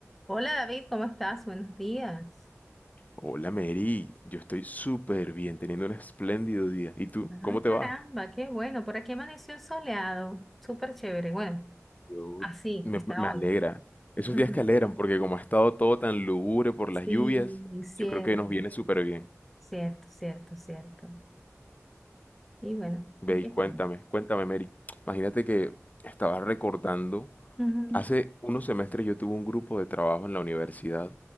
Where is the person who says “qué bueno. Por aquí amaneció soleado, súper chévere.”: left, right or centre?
Centre